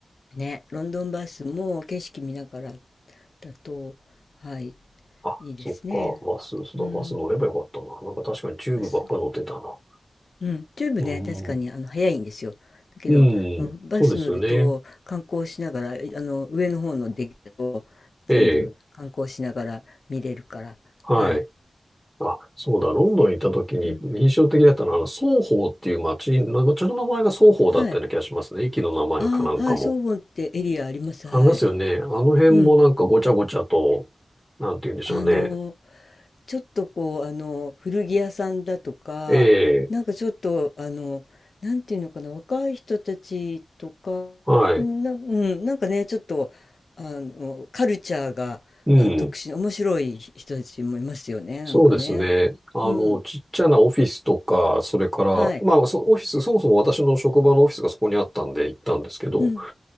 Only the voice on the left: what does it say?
ね、ロンドンバスも景色見ながらだと、はい、
いいですね。
うん、
バス。うん、チューブね、
確かにあの早いんですよ。だけど、
うん、バス乗ると観光しながら、
いあの上の方のデッキを全部観光しながら見れるから、
はい、
いいですね。
うん、
はい。
ああ、はい、ソウォンってエリアあります。
はい。
うん。
あの、ちょっとこう、あの、古着屋さんだとか、
なんかちょっと、あの、なんていうのかな、若い人たちとか、
な、うん、なんかね、ちょっと、あの、カルチャーが、
あの、特殊面白い人たちもいますよね、なんかね。
うん。
はい。
うん。